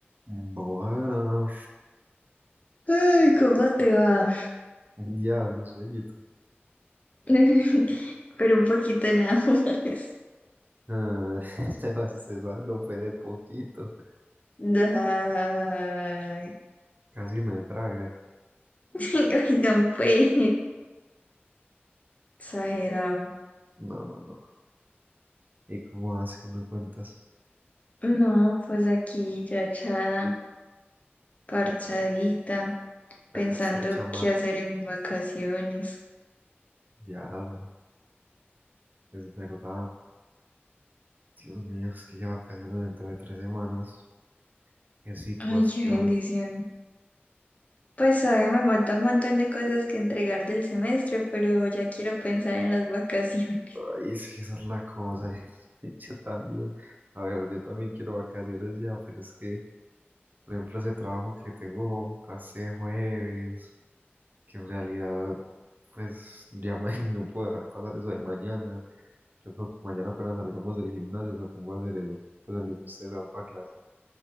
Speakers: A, on the right (about 45°); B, on the left (about 35°).
A: Bueno,
B: Ay, ¿cómo te va?
A: <laughs> diablo, sueñito.
B: <laughs> Pero un poquito nada más.
A: Ah, <laughs> esa no fue de poquito.
B: Ay,
A: Casi me traga.
B: <laughs> oigan, pues, exagerado.
A: No, no, no. ¿Y cómo vas que me cuentas?
B: No, pues aquí ya echada, parchadita,
A: Sacaste, sacaste
B: pensando
A: al chamaco.
B: qué hacer en vacaciones.
A: Diablo, es verdad. Dios mío, es que ya vacaciones dentro de tres semanas. Qué situación.
B: Ay, qué bendición. Pues todavía me falta un montón de cosas que entregar del semestre, pero ya quiero pensar en las vacaciones.
A: Ay, es que esa es la cosa. <laughs> Yo también. A ver, yo también quiero vacaciones ya, pero es que, por ejemplo, ese trabajo que tengo pasé jueves. que en realidad, pues ya ma- <laughs> no puedo dejar pasar eso de mañana. Yo creo que mañana apenas salgamos del gimnasio me pongo a hacer eso, pues en lo que ustedes van para clase.